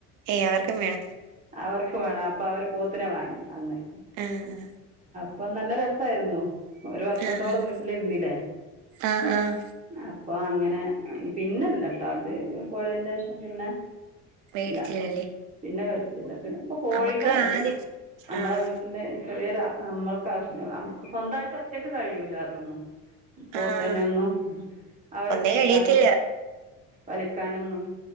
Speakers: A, on the right; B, on the right.
A: ഏയ് അവർക്കും വേണം
B: അവർക്ക് വേണപ്പാ അവർ പോത്തിനെ വാങ്ങി അന്നേ
A: ആഹ ആഹ
B: ഇപ്പൊ നല്ല രസമായിരുന്നു ഒരു വർഷത്തോളം
A: ആഹ് ആഹ്
B: വീട്ടിലിരുന്നില്ലേ
A: ആഹ് ആഹ്
B: അപ്പൊ അങ്ങനെ പിന്നല്ലട്ട അത് പോഴേന്റെ ശേഷം പിന്നെ
A: മേടിച്ചില്ലല്ലേ
B: ഇല്ല പിന്നെ മേടിച്ചില്ല പിന്നെ ഇപ്പൊ കോഴികളുണ്ട്
A: നമുക്ക് ആദ്യം
B: നമ്മളവി
A: ആഹ്
B: ചെറിയ നമ്മൾക്ക് ആവശ്യ സ്വന്തമായിട്ട് ഒറ്റക്ക് കഴിയൂല അതൊന്നും പോത്തേനെന്നു
A: ആഹ്
B: അവരെ
A: ഒന്നേ
B: പിടിക്കാനും
A: കഴിയത്തില്ല
B: വലിക്കാനൊന്നും